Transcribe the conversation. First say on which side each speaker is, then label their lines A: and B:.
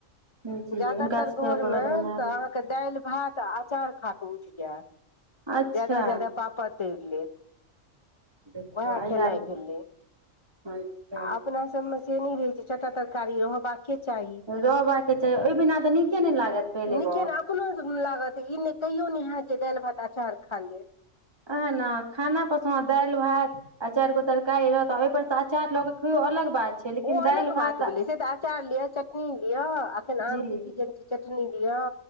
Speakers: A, on the right (about 20°); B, on the left (about 25°).
A: बात जी
B: जादातर
A: हुनका सबके
B: घरमे
A: बनल बनायल
B: अहाँ के दालि भात आ अचार खा कऽ उइठ जैत
A: अच्छा
B: ज्यादा जायदा पापर तैर लेत
A: देखियौ
B: उएह
A: अहिया
B: खेनाइ भेलै
A: अच्छा
B: आ अपना सबमे से नहि रहै छै छअ टा तरकारी रह चाही
A: रहबाक के चाही ओहि बिना तऽ नीके नहि लागत पहिले
B: लेकिन
A: गप
B: अपनो लागत ई नहि कहियो नै हाएत जे दालि भात अचार खा लेब
A: अहां न खाना पसन्द दालि भात आ चारि गो तरकारी रहत आ ओहि पर से अचार लो के खैयो अलग बात छै लेकिन
B: ओ अलग
A: दालि
B: बात
A: भात
B: भेलै से तऽ अचार लिअ चटनी लिअ अखन
A: जी
B: आमके सीजन छै चटनी नी दिय